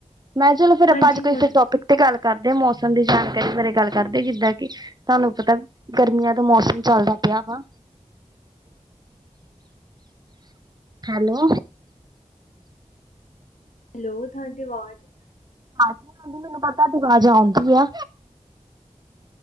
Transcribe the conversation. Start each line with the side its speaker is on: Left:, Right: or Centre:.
Right: ਮੈਂ ਕਿਹਾ ਚਲੋ ਫੇਰ
Left: ਹਾਂਜੀ
Right: ਆਪਾਂ ਅੱਜ
Left: ਹੁਣ ਆਈ।
Right: ਟੋਪਿਕ ਤੇ ਗੱਲ ਕਰਦੇ ਮੌਸਮ ਦੀ ਜਾਣਕਾਰੀ ਬਾਰੇ ਗੱਲ ਕਰਦੇ ਜਿੱਦਾਂ ਕਿ ਤੁਹਾਨੂੰ ਪਤਾ ਗਰਮੀਆਂ, ਦਾ ਮੌਸਮ ਚੱਲਦਾ ਪਿਆ ਵਾ ਹੈਲੋ,
Left: ਹੈਲੋ ਤੁਹਾਡੀ ਆਵਾਜ਼,
Right: ਆ ਆਦੀ ਮੈਨੂੰ ਪਤਾ ਵਾਜ਼ ਆਦੀ ਆ,